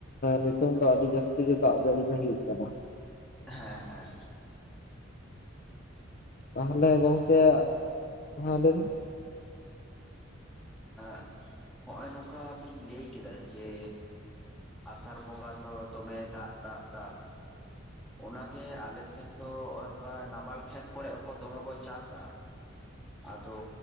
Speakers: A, on the left; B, in the centre.
A: ᱱᱤᱛᱚᱝ ᱫᱚ ᱟᱹᱰᱤ ᱡᱟᱹᱥ ᱛᱤᱜᱮ ᱫᱟᱜ ᱡᱟᱹᱲᱤ ᱫᱚᱭ ᱦᱩᱭᱩᱜ ᱠᱟᱱᱟ᱾
B: ᱦᱮᱸ ᱦᱮᱸ
A: ᱛᱟᱦᱚᱞᱮ ᱜᱚᱝᱠᱮ ᱦᱮᱸ ᱞᱟᱹᱭᱵᱤᱱ
B: <inaudible> ᱦᱚᱜᱼᱚᱭ ᱱᱚᱝᱠᱟ ᱵᱤᱱ ᱞᱟᱹᱭ ᱠᱮᱫᱟ ᱡᱮ ᱟᱥᱟᱲ ᱵᱚᱸᱜᱟ ᱫᱚ ᱫᱚᱢᱮᱭ ᱫᱟᱜ ᱫᱟᱜ ᱫᱟ ᱚᱱᱟᱜᱮ ᱟᱞᱮᱥᱮᱱ ᱫᱚ ᱚᱱᱠᱟ ᱱᱟᱵᱟᱞ ᱠᱷᱮᱛ ᱠᱚᱨᱮ ᱦᱚᱠᱚ ᱫᱚᱢᱮ ᱠᱚ ᱪᱟᱥᱟ
A: <unintelligible>
B: ᱟᱫᱚ